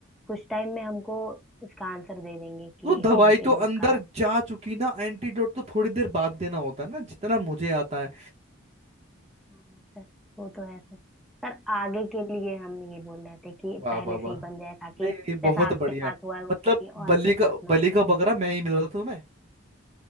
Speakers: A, in the centre; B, on the right.
A: कुछ टाइम में हमको इसका आंसर दे देंगे
B: तो
A: कि
B: दवाई
A: एंटीडोट
B: तो अंदर
A: का
B: जा चुकी ना एंटीडोट तो थोड़ी देर बाद देना होता है ना जितना मुझे आता है
A: हाँ सर वो तो है सर सर आगे के लिए हम ये बोल रहे थे कि
B: वाह
A: पहले
B: वाह
A: से
B: वाह
A: ही बन जाए ताकि
B: नहीं नहीं बहुत
A: जैसा आपके
B: बढ़िया
A: साथ हुआ है वो
B: मतलब
A: किसी और
B: बली
A: के साथ
B: का
A: ना हो
B: बली का बकरा मैं ही मिल रहा था तुम्हें